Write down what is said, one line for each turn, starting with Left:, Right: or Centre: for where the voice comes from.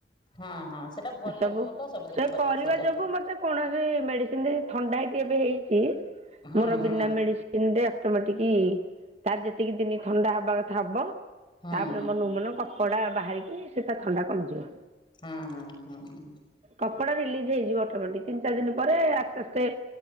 Left: ହଁ ହଁ ସେଇଟା ଭଲ
Right: ଏସବୁ,
Left: ମୁଁ ତ ସବୁଦିନ
Right: ସେ
Left: କରେ
Right: କରିବା
Left: ସେଇଟା
Right: ଯୋଗୁ ମତେ କୌଣସି ମେଡିସିନ ଦେଇ ଥଣ୍ଡା କେବେ ହେଇଛି
Left: ହୁଁ
Right: ମୋର
Left: ହୁଁ
Right: ବିନା ମେଡିସିନ ତିନି ଦେ ଅଟୋମେଟିକ ତାର ଯେତିକି ଦିନ ଥଣ୍ଡା ହବା କଥା ହବ।
Left: ହୁଁ
Right: ତାପରେ
Left: ହୁଁ
Right: ମନକୁ ମନ କପଡ଼ା ବାହାରିକି ସେ ତା ଥଣ୍ଡା କମିଯିବ।
Left: ହଁ ହଁ ହୁଁଁ ଉଁ।
Right: କପଡା ରିଲିଜ ହେଇଯିବ ଅଟୋମେଟିକ ତିନି ଚାରି ଦିନ ପରେ ଆସ୍ତେ ଆସ୍ତେ